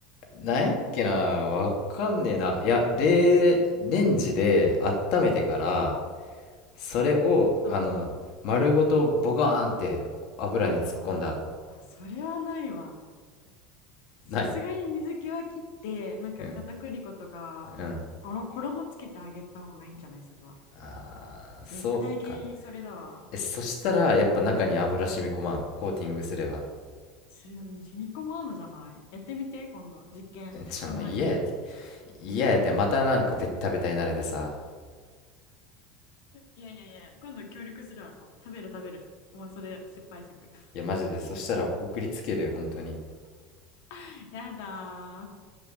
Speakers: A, on the left; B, on the left.
A: なんやっけな、わかんねえな。いや、レ、レンジで温めてから、それを、
B: うんうん。
A: あの、丸ごとボカーンって油に突っ込んだ。
B: いやー、あ、それはないわ。さすがに水気は切って、
A: ない。
B: なんか片栗粉とか、
A: うん。うん。
B: この衣つけてあげた方がいいんじゃないそれは。
A: あー、そうか。
B: 絶対原因それだわ。
A: え、そしたら、やっぱ中に油染み込まん。コーティングすれば。
B: す、うん染み込まんのじゃないやってみて、今度。実験。
A: えちょ、
B: <laughs> そんなに。
A: まあ、嫌やって。嫌やって、またなんかベッタベタになるでさ。
B: いやいやいや、今度協力するわ。お食べる食べる。もうそれ失敗作。
A: いや、マジで、そしたら送りつけるよ、本当に。
B: <laughs> やだ